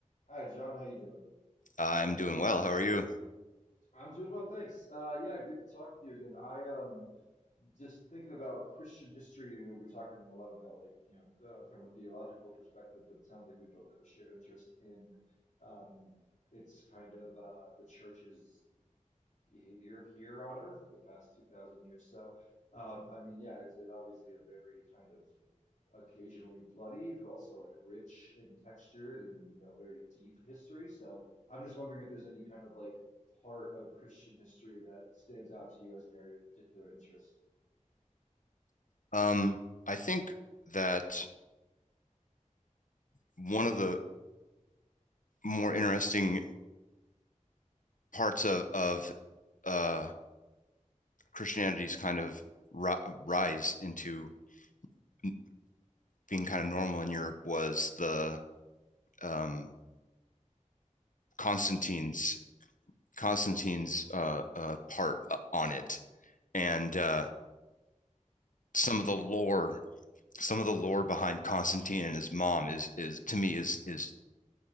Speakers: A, on the left (about 65°); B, on the left (about 80°).
A: Hi, John. How you doing?
B: I'm doing well. How are you?
A: I'm doing well, thanks. Uh, yeah, good to talk with you again. I um just thinking about Christian history. uh, We're talking a lot about like you know the, from a theological perspective, but it sounds like we both have a shared interest in um it's kind of uh the church's behavior here on earth for the past two thousand years. So um I mean, yeah, it's, it's obviously a very kind of occasionally bloody, but also like rich and textured and, you know, very deep history. So I'm just wondering if there's any kind of like part of Christian history that stands out to you as an area of particular interest.
B: Um, I think that one of the more interesting parts of of uh, Christianity's kind of ri rise into n- being kind of normal in Europe was the um, Constantine's Constantine's uh, uh, part uh, on it, and uh, some of the lore, some of the lore behind Constantine and his mom is is to me is is